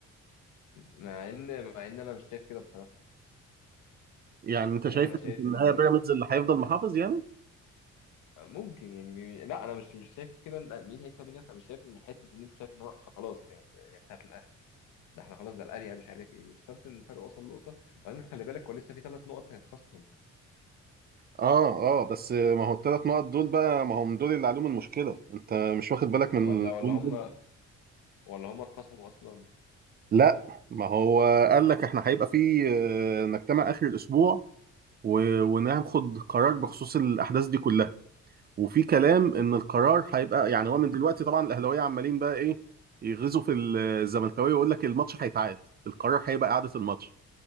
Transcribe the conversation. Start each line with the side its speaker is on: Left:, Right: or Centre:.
Left: مع ان مع ان انا مش شايف كده بصراحه
Right: يعني انت
Left: يعني
Right: شايف
Left: انا شايف
Right: ان في النهايه
Left: ان
Right: بيراميدز اللي هيفضل محافظ يعني
Left: ممكن يعني بي- لا انا مش مش شايف كده لا مين هيكسب مين هيكسب انا مش شايف ان حته ان انت شايف ان هو خلاص يعني هي بتاعت الاهلي ده احنا خلاص ده الاهلي يعني مش عارف ايه مش شرط ان الفرق وصل نقطه وبعدين خلي بالك هو لسه في ثلاث نقط هيتخصموا
Right: اه اه بس ما هو الثلاث نقط دول بقى ما هم دول اللي عليهم المشكله انت مش واخد بالك من
Left: ولا
Right: الجون
Left: ولا هم
Right: دول
Left: ولا هم اتخصموا اصلا
Right: لا ما هو قال لك احنا هيبقى في آه، نجتمع اخر الاسبوع و- وناخد قرار بخصوص الاحداث دي كلها وفي كلام ان القرار هيبقى يعني هو من دلوقتي طبعا الاهلاويه عمالين بقى ايه يغزوا في الزملكاويه ويقول لك الماتش هيتعاد القرار هيبقى اعاده الماتش